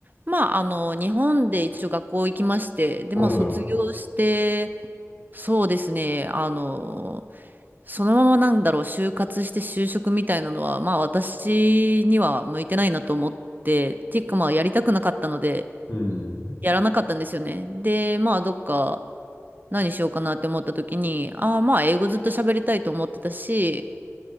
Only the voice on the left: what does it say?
はいはい。
うん。